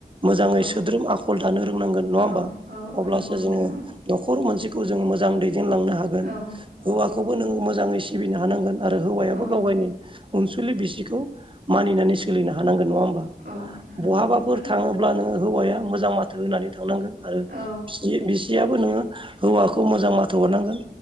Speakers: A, on the right; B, on the right.
A: सोद्रोम
B: औ
A: आखल दानो रोंनांगोन नङा होमबा
B: औ
A: अब्लासो
B: नंगौ नोंथां
A: जोङो न'खर मोनसे खौ जों मोजां दै देनलांनो हागोन
B: औ औ
A: हौवाखौबो नों मोजाङै सिबिनो हानांगोन आरो हौवायाबो
B: औ
A: गाव गावनि अनसुलि बिसिखौ मानिनानै सोलिनो हानांगोन नङा होमबा
B: औ हानांगौ
A: बहाबाफोर
B: नोंथां
A: थाङोबा। नोङो हौवाया मोजां माथो होनानै थांनांगोन आरो
B: औ
A: बिसि बिसियाबो नोङो हौवाखौ मोजां माथोहरनांगोन